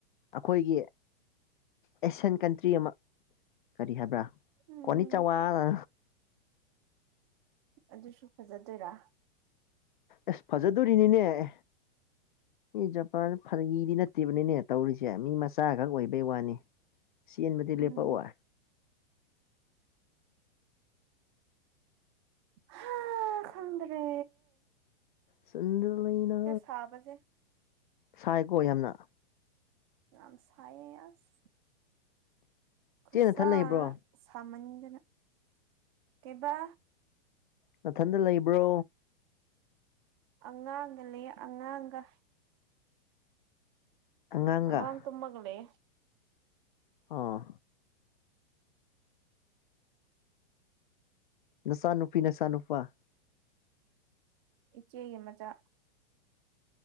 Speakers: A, on the left; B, on the right.
A: ꯑꯩꯈꯣꯏꯒꯤ ꯑꯦꯁꯤꯌꯥꯟ ꯀꯟꯇ꯭ꯔꯤ ꯇ꯭ꯔꯤ ꯑꯃ ꯀꯔꯤ ꯍꯥꯏꯕ꯭ꯔꯥ
B: ꯎꯝ
A: ꯀꯣꯅꯤ ꯆꯥꯋꯥꯅ
B: ꯑꯗꯨꯁꯨ ꯐꯖꯗꯣꯏꯔꯥ
A: ꯑꯁ ꯐꯖꯗꯣꯔꯤꯅꯤꯅꯦ ꯑꯦ ꯑꯦ ꯖꯄꯥꯟ ꯐꯥꯒꯤꯗꯤ ꯅꯠꯇꯦꯕꯅꯤꯅꯦ ꯇꯧꯔꯤꯁꯦ ꯃꯤ ꯃꯆꯥꯈꯛ ꯑꯣꯏꯕꯩ ꯋꯥꯅꯤ ꯆꯦꯟꯕꯗꯤ ꯂꯦꯞꯄꯛꯑꯣ
B: ꯎꯝ ꯍꯥ ꯈꯗ꯭ꯔꯦ
A: ꯆꯟꯗ꯭ꯔ ꯂꯩꯅꯥ
B: ꯁꯥꯕꯁꯦ
A: ꯁꯥꯏꯀꯣ ꯌꯥꯝꯅ
B: ꯌꯥꯝꯝ ꯁꯌꯦ ꯌꯥꯁ ꯈꯁꯥ
A: ꯆꯦ ꯅꯊꯟ ꯂꯩꯕ꯭ꯔꯣ
B: ꯁꯃꯖꯅ ꯀꯕꯥ
A: ꯃꯊꯟꯇ ꯂꯩꯕ꯭ꯔꯣ
B: ꯑꯉꯥꯡꯒ ꯂꯩ ꯑꯉꯥꯡꯒ
A: ꯑꯉꯥꯡꯒ
B: ꯑꯉꯥꯟ ꯇꯨꯝꯒꯅꯤ
A: ꯑꯥ ꯅꯆꯥꯅꯨꯄꯤ ꯅꯆꯥꯥꯅꯨꯄꯥ
B: ꯏꯆꯦꯒꯤ ꯃꯆꯥ